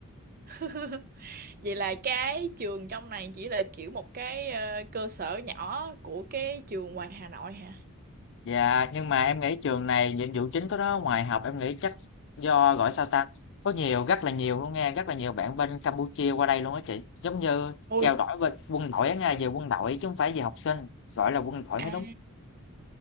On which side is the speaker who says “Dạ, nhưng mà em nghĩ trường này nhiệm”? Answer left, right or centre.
Left